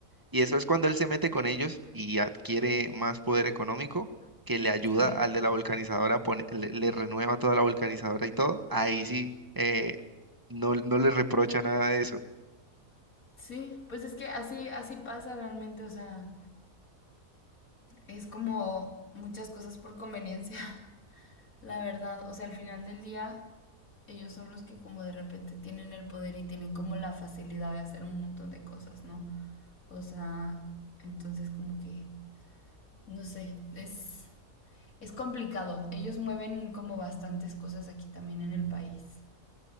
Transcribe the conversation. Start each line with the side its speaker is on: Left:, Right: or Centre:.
Right: Y eso es cuando él se mete con ellos y adquiere más poder económico que le ayuda
Left: Sí.
Right: al de la vulcanizadora, pone- le, le renueva toda la vulcanizadora y todo. Ahí sí, eh, no, no le reprocha nada de eso.
Left: sí, pues es que así, así pasa realmente. O sea, es como muchas cosas por conveniencia. <laughs> La verdad, o sea, al final del día, ellos son los que como de repente tienen el poder y tienen como la facilidad de hacer un montón de cosas, ¿no? O sea, entonces como que, no sé, es, es complicado. Ellos mueven como bastantes cosas aquí también en el país.